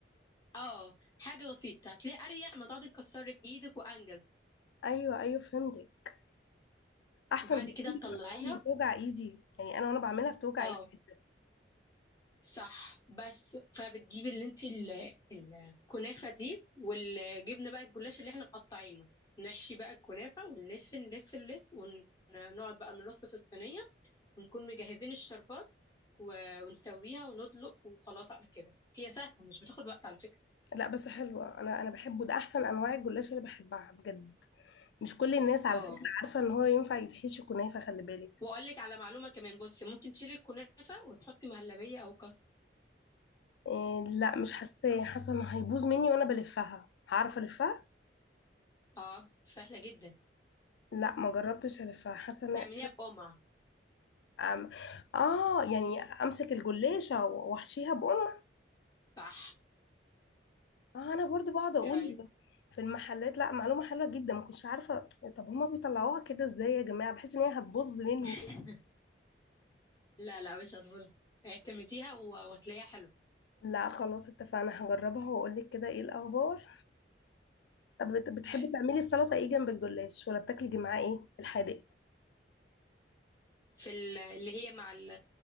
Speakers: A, on the left; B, on the left.
A: آه حاجة بسيطة هتلاقي أريح ما تقعدي تكسري بإيدك وأنجز
B: ايوه ايوه فهمتك احسن
A: بعد
B: بكتير
A: كده تطلعيها
B: اصلا بتوجع ايدي يعني انا وانا بعملها بتوجع
A: اه
B: ايدي
A: صح بس فبتجيب اللي انت ال- الكنافه دي والجبنه بقى الجلاش اللي احنا مقطعينه نحشي بقى الكنافه ونلف نلف نلف ونقعد بقى نرص في الصينيه ونكون مجهزين الشربات و- ونسويها وندلق وخلاص على كده هي سهله مش بتاخد وقت على فكره
B: لا بس حلوة انا انا بحبه ده احسن انواع الجلاش اللي بحبها بجد مش كل الناس على
A: اه
B: فكرة عارفة ان هو ينفع يتحشي كنافة خلي بالك
A: واقول لك على معلومه كمان بصي ممكن تشيلي الكنافه وتحطي مهلبيه او كاستر
B: إيه لا مش حاساه حاسة ان هيبوظ مني وانا بلفها هعرف الفها
A: اه سهله جدا
B: لا ما جربتش الفها حاسة ان
A: تعمليها بقمع
B: أم... اه يعني امسك الجلاشة واحشيها بقوم
A: صح
B: آه انا برضو بقعد اقول
A: ايه رايك
B: في المحلات لا معلومة حلوة جدا ما كنتش عارفة طب هما بيطلعوها كده ازاي يا جماعة بحيث ان هي هتبوظ مني
A: <laughs> لا لا مش هتبوظ اعتمديها و- وهتلاقيها حلو
B: لا خلاص اتفقنا هجربها واقول لك كده ايه الاخبار طب بت- بتحبي
A: حلو
B: تعملي السلطة ايه جنب الجلاش ولا بتاكلي معاه ايه الحادق
A: في ال- اللي هي مع ال-